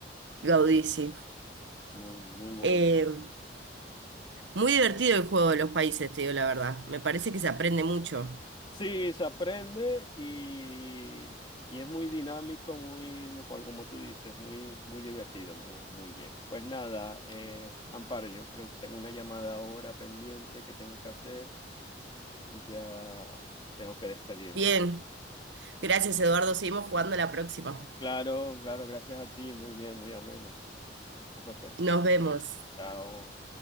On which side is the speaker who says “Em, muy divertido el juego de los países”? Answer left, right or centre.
Right